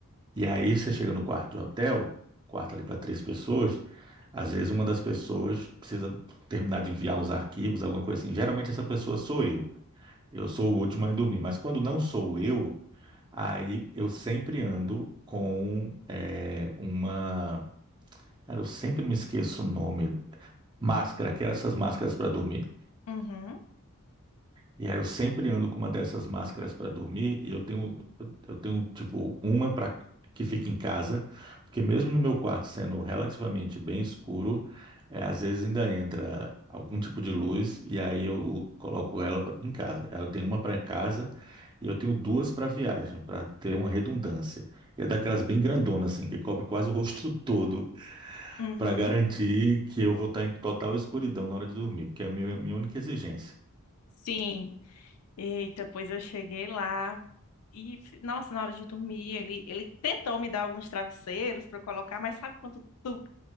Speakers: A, on the right; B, on the left.
A: E aí você chega no quarto de hotel, quarto ali para três pessoas, às vezes uma das pessoas precisa terminar de enviar uns arquivos, alguma coisa assim. Geralmente essa pessoa sou eu. Eu sou o último a dormir. Mas quando não sou eu, aí eu sempre ando com eh, uma. Cara, eu sempre me esqueço o nome. Máscara, que eram essas máscaras para dormir.
B: Uhum,
A: E aí eu sempre ando com uma dessas máscaras para dormir e eu tenho, eu tenho tipo uma para que fica em casa, porque mesmo no meu quarto sendo relativamente bem escuro, é, às vezes ainda entra algum tipo de luz e aí eu coloco ela pra- em casa. Eu tenho uma para casa e eu tenho duas para viagem, para ter uma redundância. E é daquelas bem grandonas assim, que cobre quase o rosto <laughs> todo,
B: uhum.
A: para garantir que eu vou estar em total escuridão na hora de dormir, porque é a minha, minha única exigência.
B: Sim. Eita, pois eu cheguei lá. E, fi- nossa, na hora de dormir, ele, ele tentou me dar alguns travesseiros para colocar, mas sabe quando tu